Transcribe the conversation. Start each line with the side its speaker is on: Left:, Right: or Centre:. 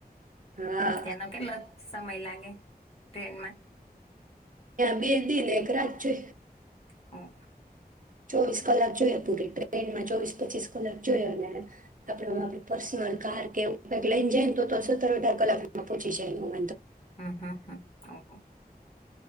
Right: હા
Left: તેનો કેટલો સમય લાગે? ટ્રેનમાં.
Right: બેલ દિન એક રાત જો
Left: હ હ.
Right: ચોવીસ કલાક જોયા પૂરી ટ્રેનમાં ચોવીસ પચીસ કલાક જોયા અને આપડમાં આપ પર્સનલ કાર કે ભક લઈન જાયને તો સત્તર અઢાર કલાક પહોચી જાય એ.
Left: હમ્મ હમ્મ.